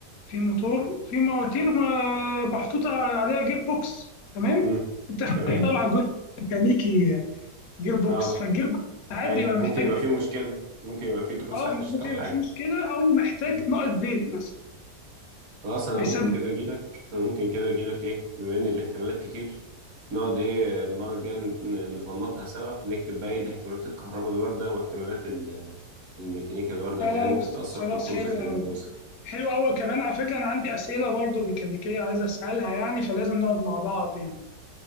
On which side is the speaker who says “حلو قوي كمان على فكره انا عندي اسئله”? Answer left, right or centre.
Left